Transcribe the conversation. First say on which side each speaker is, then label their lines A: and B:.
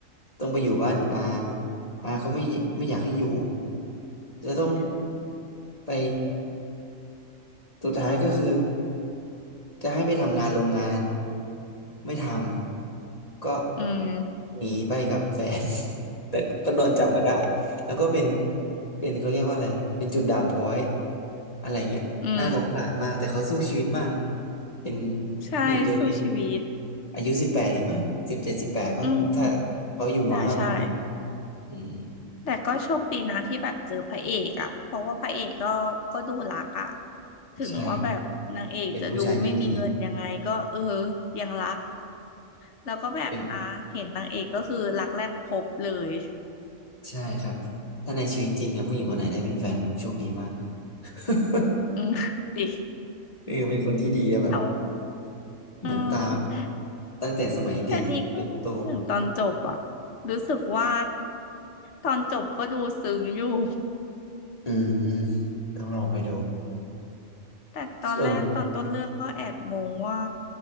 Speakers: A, on the left; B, on the left.
A: ต้องไปอยู่บ้านอาอาก็ไม่ไม่อยากให้อยู่จะต้องไปสุดท้ายก็คือ จะให้ไปทำงานโรงงานไม่ทำก็
B: อืม
A: หนีไปกับแฟน <laughs> แต่ก็โดนจับมาได้แล้วก็เป็นเป็นเขาเรียกว่าอะไรเป็นจุดด่างพร้อยอะไรเงี้ยน่าสงสารมากแต่เขาสู้ชีวิตมากนะ
B: อืม
A: เป็น
B: ใช่สู้ชีวิต
A: ผู้หญิงตัวเล็กๆอายุสิบแปดเองมั้งสิบเจ็ดสิบแปดป่ะถ้า
B: อืม
A: เขาอยู่มห้ามหกเอง
B: ใช่ใช่
A: อืม
B: แต่ก็โชคดีนะที่แบบเจอพระเอกอะเพราะว่าพระเอกก็ก็ดูรักอะถึงว่าแบบนางเอกจะดูไม่มีเงินยังไงก็เออ
A: ใช่เป็นผู้ชายที่ดี
B: ยังรัก แล้วก็แบบอ่ะเห็นนางเอกก็คือรักแรกพบเลย
A: เป็น ใช่ครับ ถ้าในชีวิตจริงอะผู้หญิงคนไหนได้เป็นแฟนผมโชคดีมาก <laughs>
B: อืม <laughs> จริง
A: เออเป็นคนที่ดีอะแบบ
B: แต่ว่า
A: เหมือนตาม
B: เออ
A: ตั้งแต่สมัยเด็กจนโต
B: แต่นี้ก็รู้ถึงตอนจบอะรู้สึกว่าตอนจบก็ดูซึ้งอยู่
A: อืมต้องลองไปดู
B: แต่ตอนแรกตอนต้นเรื่องก็แอบงงว่า
A: ส่วน